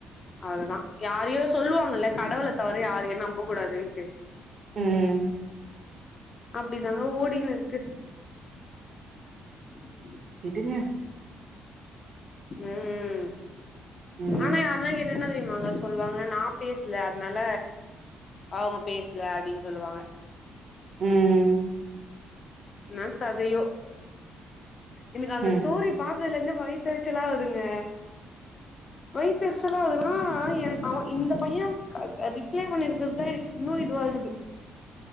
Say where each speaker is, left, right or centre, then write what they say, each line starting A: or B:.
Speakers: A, on the left (about 45°); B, on the right (about 50°).
A: அவ்ளதா யாரையோ சொல்லுவாங்கல்ல கடவுள தவற யாரையு நம்ப கூடாதுன்ட்டு
B: ம்.
A: அப்டிதாங்க ஓடிகின்னு இருக்கு ம்
B: விடுங்க
A: ம்
B: ம்.
A: ஆனா யாருனா கேட் டா என்ன தெரியுமாங்க சொல்லுவாங்க நா பேசல அதனால அவங்க பேசல அப்டின்னு சொல்லுவாங்க
B: ம் ம்
A: என்ன கதையோ எனக்கு அந்த
B: ம்.
A: ஸ்டோரி பாத்ததுல இருந்தே வயிதெரிச்சலா ஆகுதுங்க வயதெரிச்சலா ஆவுதுன்னா எனக்கு அவே இந்த பைய ரிப்ளே பண்ணிருக்கிறது தா எனக்கு இன்னு இதுவாகுது